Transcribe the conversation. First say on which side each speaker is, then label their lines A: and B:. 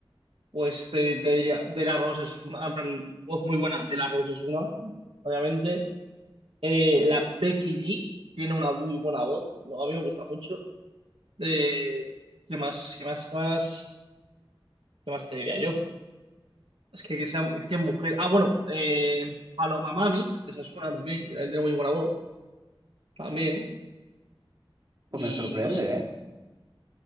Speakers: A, on the right; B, on the right.
A: Pues te, te diría, De La Rose es una, en plan, voz muy buena. De La Rose es una, obviamente. Eh, la Becky G tiene una muy buena voz. No, a mí me gusta mucho. Eh, ¿qué más? ¿Qué más? ¿Qué más? ¿Qué más te diría yo? Es que, que sea, es que mujer. Ah, bueno, eh, Paloma Mami, esa es una también, que también tiene muy buena voz, también.
B: Pues
A: Y
B: me sorprende,
A: no sé,
B: ¿eh?